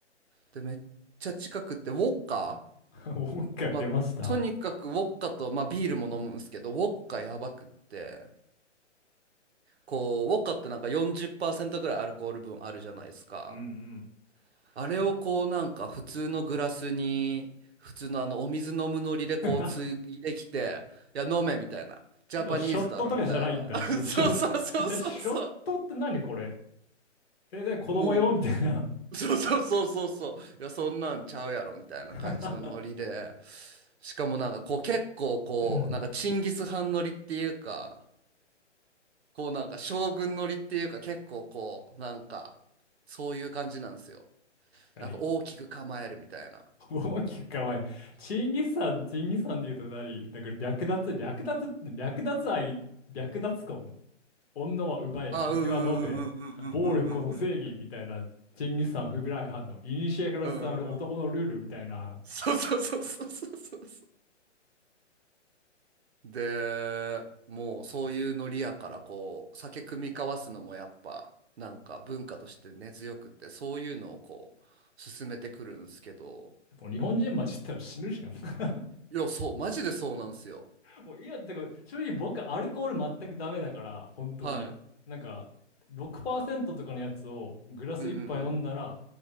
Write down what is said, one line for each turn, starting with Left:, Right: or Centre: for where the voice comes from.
Right: う。で、めっちゃ近くって、ウォッカ
Left: <laughs> 音が出ました。
Right: まあ、とにかくウォッカと、まあビールも飲むんですけど、ウォッカやばくって、こう、ウォッカってなんか40%ぐらいアルコール分あるじゃないですか。
Left: うんうん
Right: あれをこうなんか普通のグラスに普通のあのお水飲むノリでこうついできて「いや飲め」みたいな「ジャパニーズだろ」みたいな
Left: <laughs> でもショットとかじゃないんだ。
Right: <laughs>
Left: もうショット、
Right: そうそうそうそうそ
Left: え、ショットって何これえ、ね子供用みたいな。
Right: うもうそうそうそうそうそういやそんなんちゃうやろみたいな感じのノリで
Left: <laughs>
Right: しかもなんかこう結構こうなんかチンギス・
Left: うん
Right: ハンノリっていうかこうなんか将軍ノリっていうか結構こうなんかそういう感じなんですよ
Left: 何
Right: なんか大きく構えるみたいな。
Left: <laughs> 大きく構える。チンギスさん、チンギスさんで言うと何だから略奪、略奪、略奪愛、略奪婚。女は奪え、
Right: あ、
Left: 酒は飲め、
Right: うんうんうんうんうん
Left: 暴力こそ正義みたいな、チンギスさん不備来犯の、古から伝わる男のルールみたいな。
Right: うんうんうんうんうんうん。そうそうそうそうそうそうそう。で、もうそういうノリやからこう酒酌み交わすのもやっぱなんか文化として根強くってそういうのをこう進めてくるんですけど、
Left: もう日本人混じったら死ぬじゃん。<laughs>
Right: いや、そう、マジでそうなんですよ。
Left: もう今、だから正直僕アルコール全くダメだから、本当に。
Right: はい。
Left: なんか、6%とかのやつをグラス一杯飲んだら、
Right: うんうんうん。